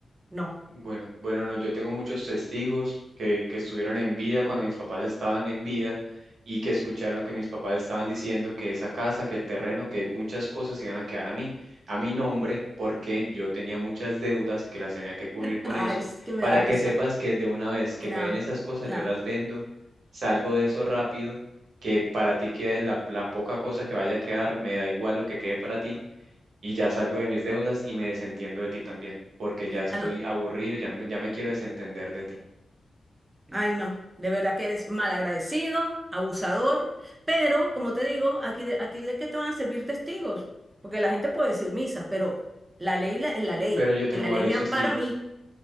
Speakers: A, on the right (about 20°); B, on the right (about 75°).
A: No.
B: Bueno, bueno, no, yo tengo muchos testigos que, que estuvieron en vida cuando mis papás estaban en vida y que escucharon que mis papás estaban diciendo que esa casa, que el terreno, que muchas cosas iban a quedar a mí, a mi nombre, porque yo tenía muchas deudas y que las tenía que cubrir
A: <laughs>
B: con
A: Ay,
B: eso.
A: es que me
B: Para
A: da risa.
B: que sepas que de una vez que
A: Nah,
B: me den esas cosas,
A: nah.
B: yo las vendo, salgo de eso rápido, que para ti quede la, la poca cosa que vaya a quedar, me da igual lo que quede para ti y ya salgo de mis deudas y me desentiendo de ti también, porque ya estoy
A: Ah, no.
B: aburrido, y ya no me, ya me quiero desentender de ti.
A: Ay, no. De verdad que eres mal agradecido, abusador, pero como te digo, aquí de- a ti de qué te van a servir testigos, porque la gente puede decir misa, pero la ley la- es la ley
B: Pero yo tengo
A: y la ley
B: varios
A: me ampara
B: testigos.
A: a mí.